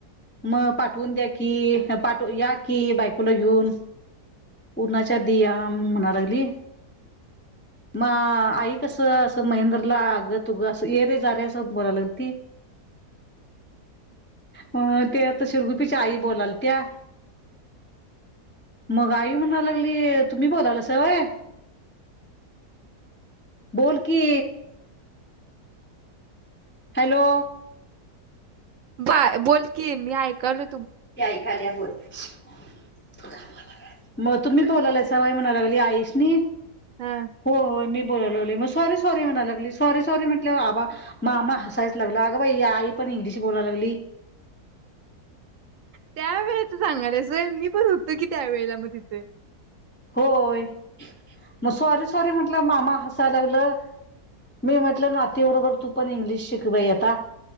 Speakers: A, on the left; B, on the right.
A: मग पाठवून द्या की पाठ या की बायकोला घेऊन उन्हाच्या आधी म्हणांलागली म आई कसं असं महेंद्रला अगं तुगं अस ये रे जा रे तो बोलाल्याय आणि ती मग ते आता शिरगुपीच्या आई बोलालत्या मग आई म्हणांय लागली तुम्ही बोलालासा होय बोल की हॅलो?
B: बाय बोल कि मी ऐकालोय न
A: ते ऐकालियास‍ बोल म तुम्ही बोल्यायला सा होय म्हणायं लाग आईसनि‍
B: हा
A: हो हो मी बोलाय लागलोय मग स्वारी स्वारी म्हणायला लागली सॉरी सॉरी म्हटल्यावर आबा मामा हसायचं लागलं अगं बाई आई पण इंग्लिश बोलाय लागली.
B: त्या वेळेच सांगायलीस होय मी पण होतो की त्यावेेळेला मग तिथे.
A: होय मग सॉरी सॉरी म्हट मामा हसाय लागलं मी म्हटलं नातीबरोबर तू पण इंग्लिश शिक बाई आता